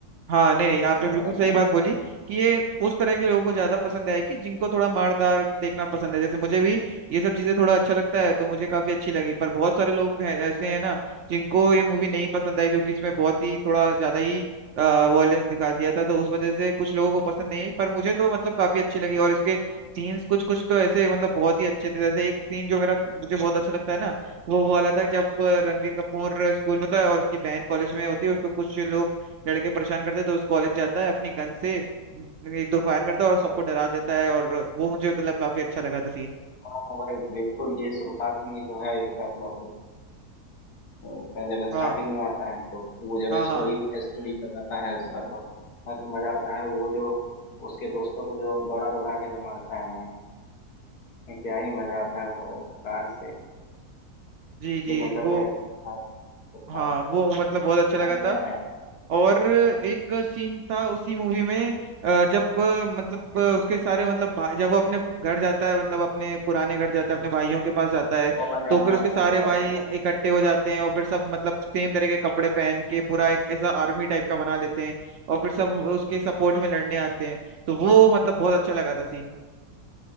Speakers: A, on the right (about 65°); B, on the left (about 75°).
A: हाँ नहीं नहीं आपने
B: और
A: बिल्कुल
B: थोड़ा सा
A: सही बात बोली कि ये उस तरह के लोगों को ज्यादा पसंद है कि जिनको थोड़ा मारदार देखना पसंद है जैसे मुझे भी ये सब चीजें थोड़ा अच्छा लगता है तो मुझे काफी अच्छी लगी पर बहुत सारे लोग हैं, ऐसे हैं ना जिनको ये मूवी नहीं पसंद आई क्योंकि इसमें बहुत ही थोड़ा ज्यादा ही वॉयलेंस दिखा दिया था तो उस वजह से कुछ लोगों को पसंद नहीं आई पर मुझे तो मतलब काफी अच्छी लगी और इसके सीन्स कुछ कुछ तो ऐसे मतलब बहुत ही अच्छे थे जैसे एक सीन जो मेरा मुझे बहुत अच्छा लगता है ना वो वो वाला था जब रणवीर कपूर स्कूल में था और उसकी बहन कॉलेज में होती है उसको कुछ लोग लड़के परेशान करते तो उस कॉलेज जाता है अपनी गन से एक दो फायर करता है और सबको डरा देता है और वो मुझे मतलब काफी अच्छा लगा था सीन
B: हाँ भाई बिल्कुल ये शुरुआत में ही तो है इसका पूरा उसका जब
A: हाँ
B: स्टार्टिंग में आता है तो वो जब
A: हाँ
B: स्टोरी
A: हाँ
B: स्टोरी बताता है उसका तो मस्त मजा आता है वो जो उसके दोस्तों को जो दौड़ा दौड़ा के जो मारता है भाई क्या ही मजा आता है वो कार से
A: जी जी
B: डिफेंडर
A: वो
B: था या कुछ था कुछ था
A: हाँ वो मतलब बहुत अच्छा लगा
B: तो मजा
A: था
B: आया
A: और एक
B: हाँ,
A: सीन था उसी मूवी में अ, जब अ, मतलब अ, उसके सारे मतलब भा- जब वो अपने घर जाता है मतलब अपने पुराने घर जाता है अपने भाइयों के पास जाता है
B: वो पंजाब
A: तो फिर
B: जाता
A: उसके सारे
B: है जब
A: भाई
B: अपने घर
A: इकट्ठे हो जाते हैं और फिर सब मतलब सेम तरह के कपड़े पहन के पूरा एक ऐसा आर्मी टाइप का बना लेते हैं और फिर सब उसके सपोर्ट में लड़ने आते हैं तो वो मतलब बहुत अच्छा लगा था सीन